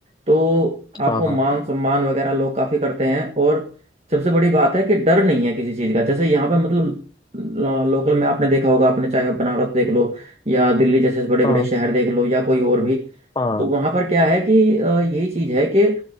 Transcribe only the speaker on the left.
हाँ हाँ
हाँ
हाँ